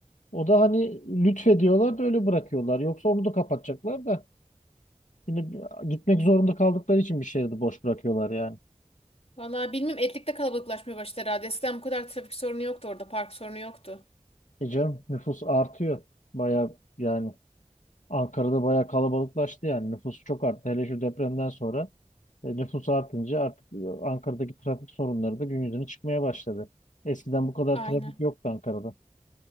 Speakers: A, on the left; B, on the left.
A: O da hani lütfediyorlar da öyle bırakıyorlar. Yoksa onu da kapatacaklar da. Yine bir- gitmek zorunda kaldıkları için bir şehri de boş bırakıyorlar yani.
B: Vallahi bilmem Etlik'te kalabalıklaşmaya başladı herhalde. Eskiden bu kadar trafik sorunu yoktu orada. Park sorunu yoktu.
A: E canım nüfus artıyor. Baya yani Ankara'da baya kalabalıklaştı yani. Nüfus çok arttı. Hele şu depremden sonra e, nüfus artınca artık e, Ankara'daki trafik sorunları da gün yüzüne çıkmaya başladı. Eskiden bu kadar
B: Aynen.
A: trafik yoktu Ankara'da.